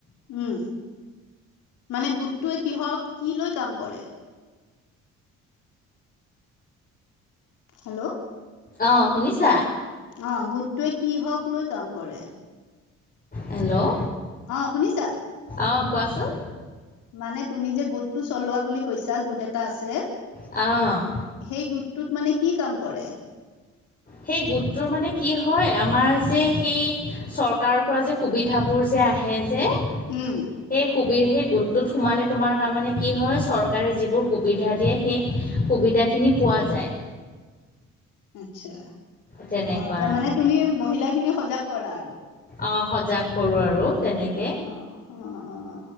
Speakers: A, on the left (about 85°); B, on the left (about 30°).
A: উম, মানে, গোটটোৱে কিহৰ কি লৈ কাম কৰে। হেল্ল'
B: অ', শুনিছা
A: অ', গোটোৱে কি হক লৈ কাম কৰে।
B: হেল্ল'
A: অ', শুনিছা
B: অ', কোৱাচোন
A: মানে, তুমি যে, গোটো চলোৱা বুলি কৈছা গোট এটা আছে।
B: অ'।
A: সেই গোটটোত মানে কি কাম কৰে?
B: সেই গোটটোৰ মানে কি হয়? আমাৰ যে সেই চৰকাৰৰ পৰা যে, সুবিধাবোৰ যে, আহে যে
A: উম।
B: সেই সুবি, সেই গোটটোত সোমালে তোমাৰ তাৰমানে কি হয়? চৰকাৰে যিবোৰ সুবিধা দিয়ে, সেই সুবিধাখিনি পোৱা যায়।
A: আচ্ছা।
B: তেনেকুৱা
A: অ', তাৰমানে
B: মানে
A: তুমি মহিলা খিনিক সজাগ কৰা আৰু
B: অ', সজাগ কৰোঁ আৰু তেনেকে
A: অ অ অ